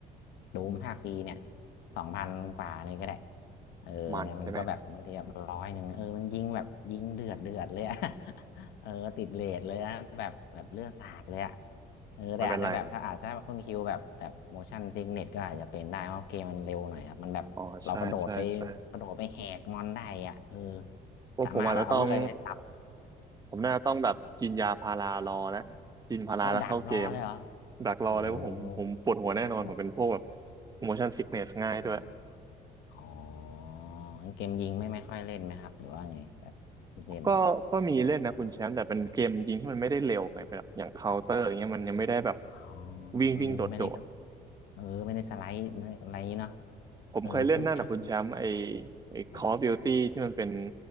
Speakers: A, on the left; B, on the right.
A: ดูมภาคปีเนี่ยสองพันกว่านี่ก็ได้เออเนี่ยมันก็แบบบางทีแบบร้อยหนึ่งเออมันยิงแบบยิงเดือดเดือดเลยอะ
B: มันใช่ไหม
A: <laughs> เออติดเรทเลยอะแบบแบบเลือดสาดเลยอะเออแต่อาจจะแบบถ้าอาจจะคุณคิวแบบแบบ
B: มันเป็นไร
A: motion sickness ก็อาจจะเป็นได้เพราะเกมมันเร็วหน่อยครับมันแบบเรากระโดดไป
B: อ๋อใช่ใช่ใช่
A: กระโดดไปแหกมอนได้อ่ะเออ
B: ว่าผมอาจจะต้อง
A: สามารถแบบเอาเลื่อยไปตับ
B: ผมน่าจะต้องแบบกินยาพารารอแล้วกินพาราแล้วเข้าเกม
A: โอ้ยดักรอเลยเหรอ
B: ดักรอเลยว่าผมผมปวดหัวแน่นอนผมเป็นพวกแบบ
A: โอ้โห
B: motion sickness ง่ายด้วย
A: อ๋ออ๋องั้นเกมยิงไม่ไม่ค่อยเล่นไหมครับหรือว่าไงแบบเล่น
B: ก็ก็มีเล่นนะคุณแชมป์แต่เป็นเกมยิงที่มันไม่ได้เร็วไงปแบบอย่างเคาน์เตอร์อย่างเงี้ยมันยังไม่ได้แบบ
A: อ๋อ
B: วิ่งวิ่งโดดๆ
A: เออไม่ได้กระเออไม่ได้สไลด์อะไรเนาะ
B: ผมเคยเล่นนั่นนะคุณแชมป์ไอ
A: เออทูเทิร์นนะ
B: ไอ
A: ครับ
B: Call of Duty ที่มันเป็น